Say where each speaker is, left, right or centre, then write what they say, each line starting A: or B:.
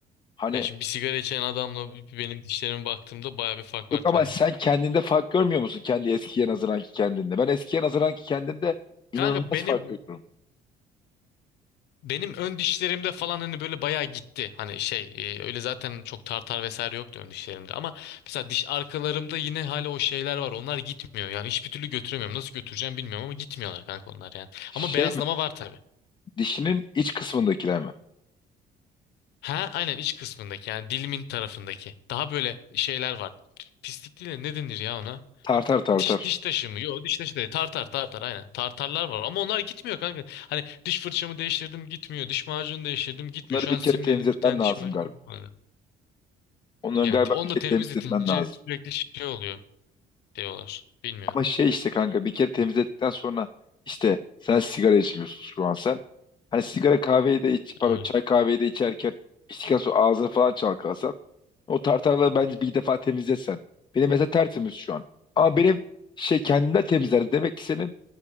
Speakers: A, on the left; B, on the left.
A: Hani
B: Ya şimdi bir sigara içen adamla bir- benim dişlerime baktığımda bayağı bir fark
A: yok
B: var
A: ama
B: tabii.
A: sen kendinde fark görmüyor musun kendi eskiye nazaranki kendinde? Ben eskiye nazaranki kendinde inanılmaz
B: Kanka benim
A: fark görüyorum.
B: Benim ön dişlerimde falan hani böyle bayağı gitti. Hani şey e, öyle zaten çok tartar vesaire yoktu ön dişlerimde ama mesela diş arkalarımda yine hala o şeyler var. Onlar gitmiyor. Yani hiçbir türlü götüremiyorum. Nasıl götüreceğim bilmiyorum ama gitmiyorlar kanka onlar yani.
A: Şey
B: Ama beyazlama
A: mi?
B: var tabii.
A: Dişinin iç kısmındakiler mi?
B: Ha aynen iç kısmındaki yani dilimin tarafındaki. Daha böyle şeyler var. Pislik değil de ne denir ya ona?
A: Tartar tartar.
B: Diş, diş taşı mı? Yok diş taşı değil. Tartar tartar aynen. Tartarlar var ama onlar gitmiyor kanka. Hani diş fırçamı değiştirdim gitmiyor. Diş macunu değiştirdim gitmiyor.
A: Bunları
B: Şu
A: bir
B: an
A: kere
B: signalin
A: temizletmen
B: bir tane
A: lazım
B: diş macunu.
A: galiba. Onların
B: Ya
A: galiba
B: onu
A: bir kere
B: da temizletince
A: temizletmen lazım.
B: sürekli şey oluyor diyorlar. Bilmiyorum.
A: Ama şey işte kanka bir kere temizlettikten sonra işte sen sigara içmiyorsun şu an sen. Hani sigara kahveyi de iç, pardon
B: Evet.
A: çay kahveyi de içerken içtikten sonra ağzını falan çalkalasan. O tartarları bence bir defa temizlesen. Benim mesela tertemiz şu an. Ama benim şey kendinden temizler. Demek ki senin